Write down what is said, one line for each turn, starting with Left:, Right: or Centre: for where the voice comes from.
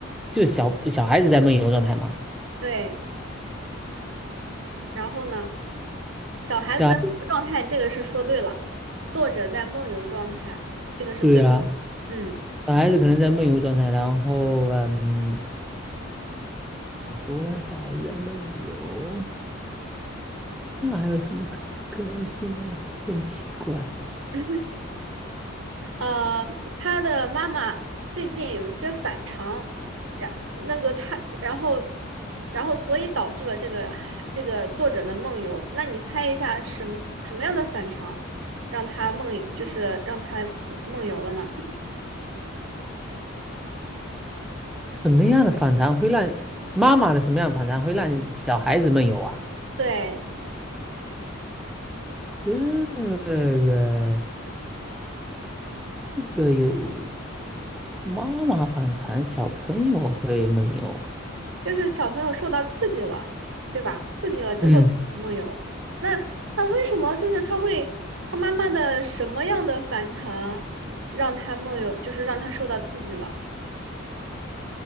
Centre: 就是小小孩子在梦游状态嘛。
Right: 对，然后呢？小孩子在梦游状态，
Centre: 小孩，
Right: 这个是说对了。作者在梦游状态，这个是对的。
Centre: 对呀、
Right: 嗯，
Centre: 小孩子可能在梦游状态，然后嗯，怎么说呢？小孩子在梦游，那还有什么可可能性呢？真奇怪，
Right: <laughs> 呃，他的妈妈最近有些反常，然那个他，然后，然后所以导致了这个这个作者的梦游。那你猜一下什么什么样的反常让他梦，就是让他梦游了呢？
Centre: 什么样的反常会让妈妈的什么样的反常会让小孩子梦游啊？
Right: 对。
Centre: 这个这个有妈妈反常，小朋友会梦游。
Right: 就是小朋友受到刺激了，对吧？刺激了之后梦游，
Centre: 嗯，
Right: 那那为什么就是他会他妈妈的什么样的反常让他梦游，就是让他受到刺激了？